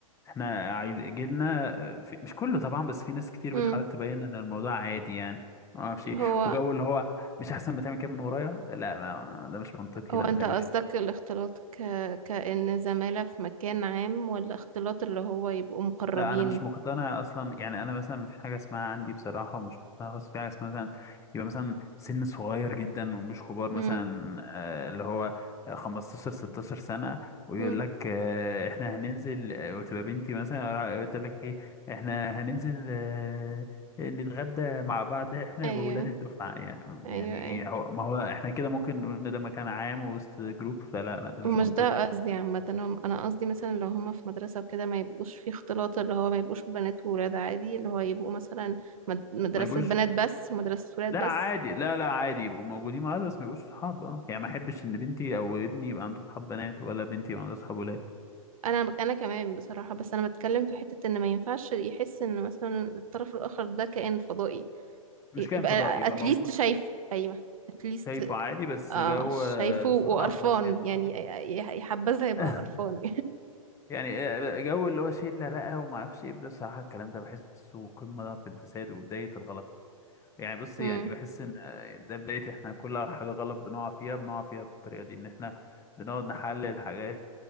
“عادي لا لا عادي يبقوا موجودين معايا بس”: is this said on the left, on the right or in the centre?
Left